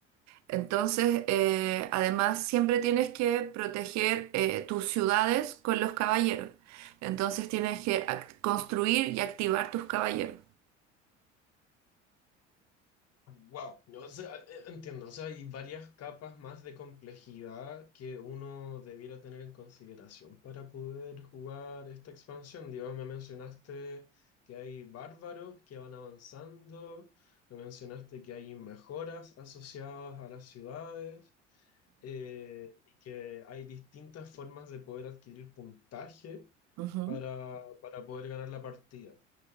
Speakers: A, on the right; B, on the left.
A: Entonces, eh, además, siempre tienes que proteger eh, tus ciudades con los caballeros. Entonces, tienes que ac- construir y activar tus caballeros.
B: Wow, o sea, eh, entiendo, o sea, hay varias capas más de complejidad que uno debiera tener en consideración para poder jugar esta expansión. Digo, me mencionaste que hay bárbaros que van avanzando, me mencionaste que hay mejoras asociadas a las ciudades, eh, y que hay distintas formas de poder adquirir puntaje
A: Ujú, ujú.
B: para, para poder ganar la partida.